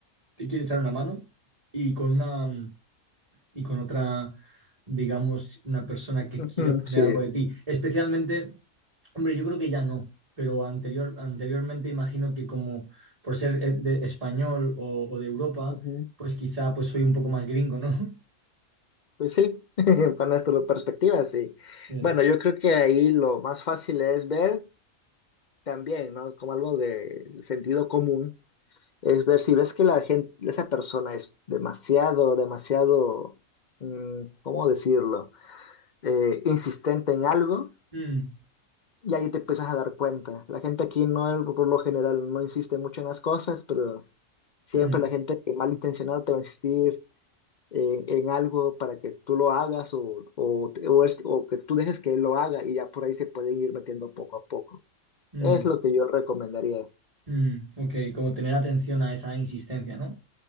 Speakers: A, on the right; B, on the left.
A: te quiere echar una mano y con una mm, y con otra, digamos, una persona que
B: <laughs>
A: quiere
B: Ujú,
A: obtener
B: sí,
A: algo de ti? Especialmente Hombre, yo creo que ya no, pero anterior, anteriormente imagino que como por ser eh, de español o, o de Europa,
B: ujú,
A: pues quizá pues soy un poco más gringo, ¿no? <laughs>
B: Pues sí, <laughs> para nuestra perspectiva, sí.
A: Sí.
B: Bueno, yo creo que ahí lo más fácil es ver también, ¿no? Como algo de sentido común, es ver si ves que la gente, esa persona es demasiado, demasiado, mm, ¿cómo decirlo? Eh, insistente en algo
A: Mm,
B: Y ahí te empiezas a dar cuenta. La gente aquí no, por lo general, no insiste mucho en las cosas, pero siempre
A: mm,
B: la gente malintencionada te va a insistir en, en algo para que tú lo hagas o, o, te- o es- o que tú dejes que él lo haga y ya por ahí se pueden ir metiendo poco a poco.
A: mm,
B: Es lo que yo recomendaría.
A: mm. Ok, como tener atención a esa insistencia, ¿no?